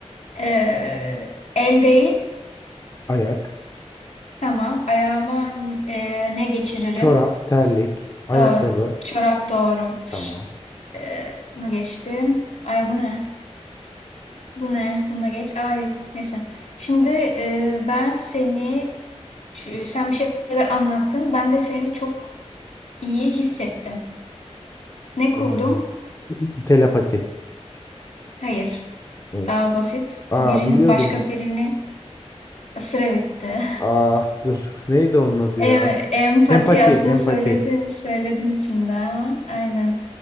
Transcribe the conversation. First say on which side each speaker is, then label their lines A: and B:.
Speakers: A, on the left (about 70°); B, on the left (about 30°).
A: Ee, el değil.
B: ayak,
A: Tamam, ayağıma e, ne geçiririm?
B: Şey, çorap, terlik, ayakkabı.
A: Doğru. Çorap doğru.
B: Tamam.
A: Ee, bunu geçtim. Ay bu ne? Bu ne? Buna geç. Ay neyse. Şimdi e, ben seni ç- sen bir şeyler anlattın. Ben de seni çok iyi hissettim. Ne kurdum?
B: Hmm, Telepati.
A: Hayır.
B: Evet.
A: Daha basit.
B: Aa
A: Birin
B: biliyordum.
A: başka birini süre bitti.
B: Ah dur. Neydi onun
A: <laughs>
B: adı
A: Em,
B: ya?
A: empati
B: Empati,
A: aslında
B: empati.
A: söyledin söyledin içinde ama aynen.